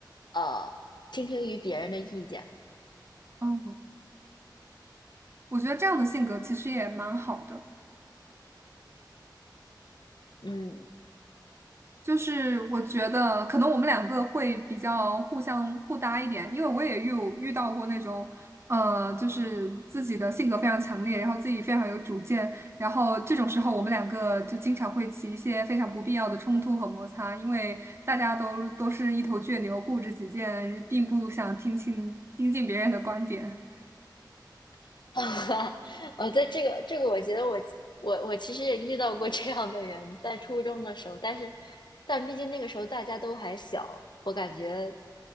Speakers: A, on the left (about 75°); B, on the right (about 35°).
A: 呃倾听于别人的意见。
B: 嗯，我觉得这样的性格其实也蛮好的。
A: 嗯，
B: 就是我觉得可能我们两个会比较互相互搭一点，因为我也遇遇到过那种，呃，就是自己的性格非常强烈，然后自己非常有主见，然后这种时候我们两个就经常会起一些非常不必要的冲突和摩擦，因为大家都都是一头倔牛，固执己见，并不想听清听进别人的观点。
A: <laughs> 啊哦，在这个这个，我觉得我我我其实也遇到过这样的人，在初中的时候，但是但毕竟那个时候大家都还小，我感觉